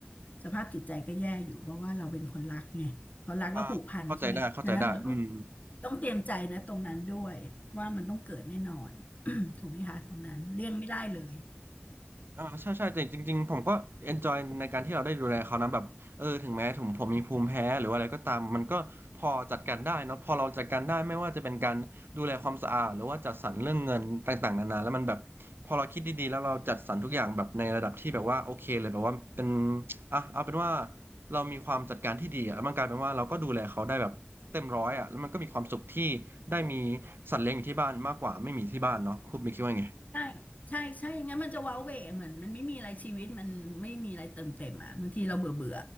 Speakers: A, on the left; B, on the right.
A: สภาพจิตใจก็แย่อยู่เพราะว่าเราเป็นคนรักไงพอรักแล้วผูกพันใช่ไหมดังนั้นเราต้อง
B: อ่าเข้าใจได้เข้าใจได้อืม
A: ต้องเตรียมใจนะตรงนั้นด้วยว่ามันต้องเกิดแน่นอน <coughs> <clears throat> ถูกไหมคะตรงนั้นเลี่ยงไม่ได้เลย
B: อ่าใช่ใช่แต่จริงๆผมก็ enjoy ในการที่เราได้ดูแลเขานะแบบเออถึงแม้ถึงผมมีภูมิแพ้หรือว่าอะไรก็ตามมันก็พอจัดการได้เนอะพอเราจัดการได้ไม่ว่าจะเป็นการดูแลความสะอาดหรือว่าจัดสรรเรื่องเงินต่างๆนานาแล้วมันแบบพอเราคิดดีๆแล้วเราจัดสรรทุกอย่างแบบในระดับที่แบบว่าโอเคเลยแบบว่าเป็นอ่ะเอาเป็นว่าเรามีความจัดการที่ดีอะแล้วมันกลายเป็นว่าเราก็ดูแลเขาได้แบบเต็มร้อยอ่ะแล้วมันก็มีความสุขที่ได้มีสัตว์เลี้ยงอยู่ที่บ้านมากกว่าไม่มีที่บ้านเนาะคุณมีคิดว่าไง
A: ใช่ ใช่ใช่อย่างงั้นมันจะว้าเหวเหมือนมันไม่มีอะไรชีวิต มันไม่มีอะไรเติมเต็มอ่ะบางทีเราเบื่อเบื่อ